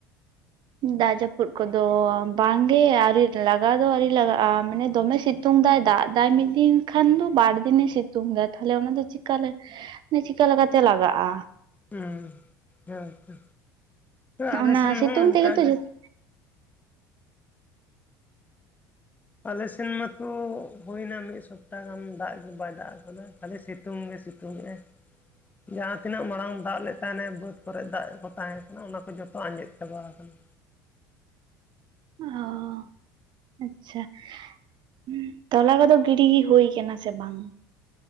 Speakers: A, on the right (about 50°); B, on the left (about 15°).
A: ᱫᱟᱜ ᱡᱟᱯᱩᱫ ᱠᱚᱫᱚ ᱵᱟᱝᱜᱮ ᱟᱨᱣᱨᱤ ᱞᱟᱜᱟᱣ ᱫᱚ ᱟᱹᱣᱨᱤ ᱞᱟᱜᱟᱜᱼᱟ ᱢᱟᱱᱮ ᱫᱚᱢᱮ ᱥᱤ ᱥᱤᱛᱩᱝ ᱫᱟᱭ ᱫᱟᱜ ᱫᱟᱭ ᱢᱤᱫ ᱫᱤᱱ ᱠᱷᱟᱱ ᱫᱚ ᱵᱟᱨ ᱫᱤᱱᱮ ᱥᱤᱛᱩᱝ ᱫᱟᱭ ᱛᱟᱦᱞᱮ ᱚᱱᱟ ᱫᱚ ᱪᱮᱠᱟᱞᱮ ᱪᱤᱠᱟᱹ ᱞᱮᱠᱟᱛᱮ ᱞᱟᱜᱟᱜᱼᱟ᱾
B: ᱦᱮᱸ ᱦᱮᱭᱛᱚ
A: ᱚᱱᱟ
B: ᱟᱞᱮ ᱥᱮᱱ
A: ᱥᱤᱛᱩᱝ
B: ᱦᱚᱸ ᱚᱱᱠᱟᱜᱮ᱾
A: ᱛᱮᱜᱮ ᱛᱚ ᱡᱚᱛᱚ
B: ᱟᱞᱮ ᱥᱮᱱ ᱢᱟᱛᱚ ᱦᱩᱭᱱᱟ ᱢᱤᱫ ᱥᱚᱯᱛᱟ ᱜᱟᱱ ᱫᱟᱜ ᱜᱮ ᱵᱟᱭ ᱫᱟᱜ ᱟᱠᱟᱱᱟᱫᱟ᱾ ᱠᱷᱟᱹᱞᱤ ᱥᱤᱛᱩᱝ ᱜᱮ ᱥᱤᱛᱩᱝ ᱜᱮ᱾ ᱡᱟᱦᱟᱸ ᱛᱤᱱᱟᱹᱜ ᱢᱟᱲᱟᱝ ᱫᱟᱜ ᱞᱮᱫ ᱛᱟᱦᱟᱱᱮ ᱵᱟᱹᱫ ᱠᱚᱨᱮ ᱫᱟᱜ ᱠᱚ ᱛᱟᱦᱮᱸ ᱠᱟᱱᱟ ᱚᱱᱟ ᱠᱚ ᱡᱚᱛᱚ ᱟᱸᱡᱮᱫ ᱪᱟᱵᱟ ᱟᱠᱟᱱᱟ᱾
A: ᱚ ᱟᱪᱪᱷᱟ᱾ ᱦᱩᱸ ᱛᱚᱞᱟ ᱠᱚᱫᱚ ᱜᱤᱰᱤ ᱦᱩᱭ ᱠᱟᱱᱟ ᱥᱮ ᱵᱟᱝ?